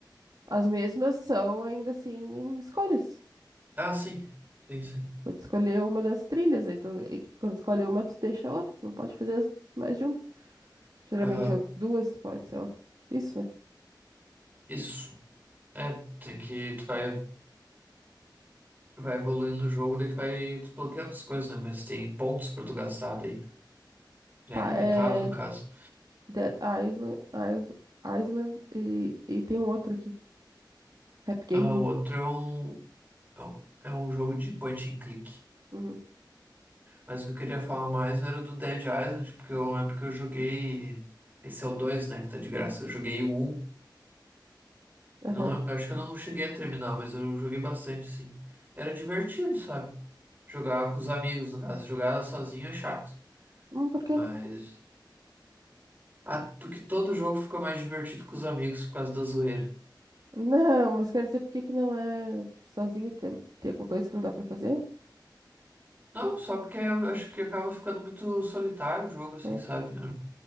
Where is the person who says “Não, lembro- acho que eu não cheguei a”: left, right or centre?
Right